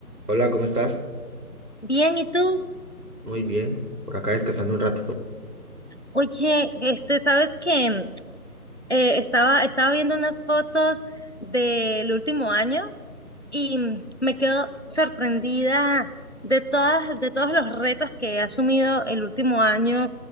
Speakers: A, on the right; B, on the left.
A: Hola, ¿cómo estás?
B: Bien, ¿y tú?
A: Muy bien. Por acá descansando un rato.
B: Oye, este, ¿sabes que estaba, estaba viendo unas fotos del último año y me quedo sorprendida de todas, de todos los retos que he asumido el último año